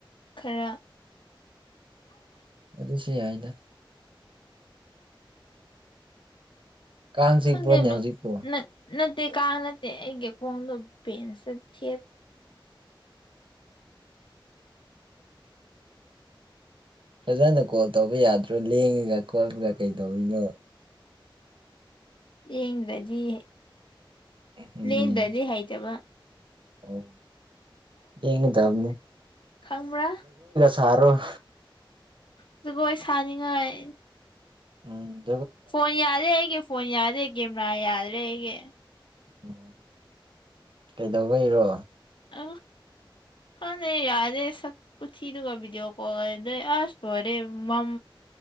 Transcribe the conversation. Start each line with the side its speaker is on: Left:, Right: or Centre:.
Left: ꯈꯔ
Right: ꯑꯗ ꯁꯤꯗ ꯀꯥꯡ ꯆꯤꯛꯄ꯭ꯔꯣꯅꯦ
Left: ꯈꯗꯦꯂ
Right: ꯍꯧꯖꯤꯛꯄꯨ
Left: ꯅ ꯅꯠ ꯇꯩ ꯀꯥꯥꯟꯅ ꯅꯠꯇꯦ ꯑꯩꯒꯦꯀꯣꯣꯡꯗ ꯄꯦꯟꯁ ꯊꯦꯠ
Right: ꯐꯖꯅ ꯀꯣꯜ ꯇꯧꯕ ꯌꯥꯗ꯭ꯔꯣ ꯂꯦꯡꯉꯒ ꯀꯣꯠꯃꯒ ꯀꯩꯗꯧꯔꯤꯅꯣ
Left: ꯂꯦꯡꯗ꯭ꯔꯗꯤ
Right: ꯎꯝ
Left: ꯂꯦꯡꯗ꯭ꯔꯗꯤ ꯍꯩꯖꯕ
Right: ꯑꯣ ꯌꯦꯡꯒꯗꯕꯅꯤ
Left: ꯈꯥꯡꯔꯥ
Right: ꯆꯔꯨ
Left: ꯑꯗꯨꯒꯣꯏ ꯁꯥꯅꯤꯡꯉꯥꯏ
Right: ꯑꯣ
Left: ꯐꯣꯟ ꯌꯥꯗꯦ ꯑꯩꯒꯤ ꯐꯣꯟ ꯌꯥꯗꯦ ꯀꯦꯃꯦꯔꯥ ꯌꯥꯗ꯭ꯔꯦ ꯑꯩꯒꯤ
Right: ꯎ ꯀꯩꯗꯧꯕꯩꯔꯣ
Left: ꯑ ꯀꯅꯦ ꯌꯥꯔꯦ ꯁꯛꯨꯆꯗꯨꯒꯤꯗꯤꯑꯣꯣ ꯀꯣꯜꯗ꯭ꯔꯦ ꯑ ꯁꯣꯔꯦ ꯃ